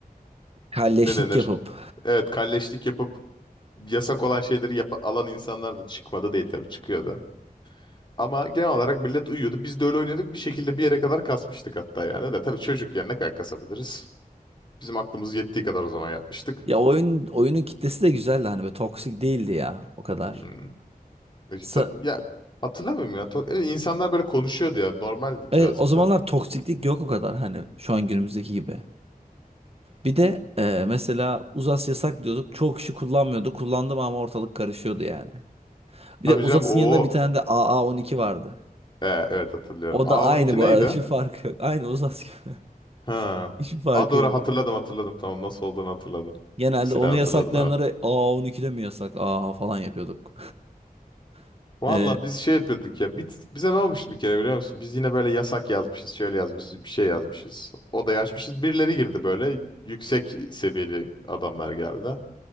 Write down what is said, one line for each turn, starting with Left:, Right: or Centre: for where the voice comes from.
Right: Kalleşlik
Left: ne denir?
Right: yapıp.
Left: Evet kalleşlik yapıp yasak olan şeyleri yap alan insanlar da çıkmadı değil tabii çıkıyordu. Ama genel olarak millet uyuyordu. Biz de öyle oynuyorduk. Bir şekilde bir yere kadar kasmıştık hatta yani de. Tabii çocuk yani ne kadar kasabiliriz? Bizim aklımız yettiği kadar o zaman yapmıştık.
Right: Ya oyun oyunun kitlesi de güzeldi hani böyle toksik değildi ya o kadar.
Left: Hmm. E,
Right: Sa-
Left: tabii, ya hatırlamıyorum ya. To- e, İnsanlar böyle konuşuyordu ya. Normaldi
Right: evet
Left: birazcık
Right: o zamanlar
Left: daha.
Right: toksiklik yok o kadar hani şu an günümüzdeki gibi. Bir de e, mesela uzas yasak diyorduk. Çoğu kişi kullanmıyordu. Kullandım ama ortalık karışıyordu yani. Bir
Left: Tabii
Right: de uzasın
Left: canım. Oo.
Right: yanında bir tane de AA12 vardı.
Left: E, evet hatırlıyorum.
Right: O
Left: A12
Right: da aynı bu
Left: neydi?
Right: arada. Hiçbir farkı yok. Aynı uzas gibi.
Left: Ha.
Right: <laughs> Hiçbir farkı
Left: A doğru
Right: yok
Left: hatırladım
Right: yani.
Left: hatırladım. Tamam nasıl olduğunu hatırladım.
Right: Genelde
Left: Silah
Right: onu
Left: hatırladım
Right: yasaklayanlara
Left: evet.
Right: AA12 de mi yasak? Aa falan yapıyorduk. <laughs>
Left: Valla
Right: e,
Left: biz şey yapıyorduk ya. bit- bize ne olmuştu bir kere biliyor musun? Biz yine böyle yasak yazmışız, şöyle yazmışız, bir şey yazmışız. Odaya açmışız. Birileri girdi böyle. Yüksek seviyeli adamlar geldi.